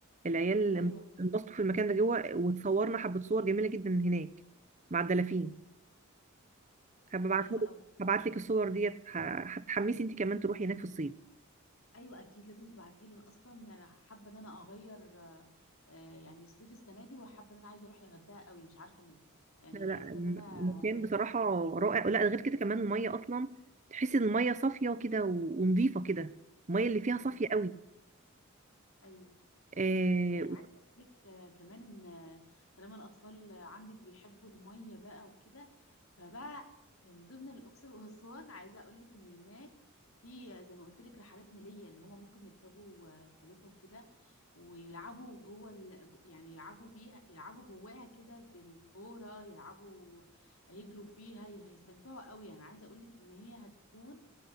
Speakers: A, on the right (about 35°); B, on the left (about 85°).
A: العيال
B: ايوه حلوة.
A: انبسطوا في المكان ده جوه وتصورنا حبة صور جميلة جدا هناك مع الدلافين هبعتها
B: ايوه حلوة
A: لك
B: قوي
A: هبعت لك الصور ديت ه- هتحمسي انت كمان تروحي هناك في الصيف
B: ايوه اكيد لازم تبعتيه لي اصلا يعني حابه ان انا اغير آه، آه، يعني الصيف السنه دي وحابه ان انا عايزه اروح الغردقه قوي مش عارفه ليه يعني
A: لا لا
B: حاسه
A: م-
B: ان انا
A: مكان
B: هغير
A: بصراحة
B: مودي هناك
A: رائع لا غير كده كمان المية أصلا تحسي إن المية صافية كده و- ونضيفة كده المية اللي فيها
B: مم.
A: صافية قوي
B: ايوه
A: آه
B: آه، عايزه اقول لك آه، كمان ان آه، طالما الاطفال آه، عندك بيحبوا الميه بقى وكده فبقى من ضمن الاقصر واسوان عايزه اقول لك ان هناك في آه، زي ما قلت لك رحلات نيليه ان هما ممكن يركبوا آه، الفلوكه وكده ويلعبوا جوه ال... يعني يلعبوا بيها يلعبوا جواها كده بالكوره يلعبوا آه، يجروا فيها هيستمتعوا قوي يعني عايزه اقول لك ان هي هتكون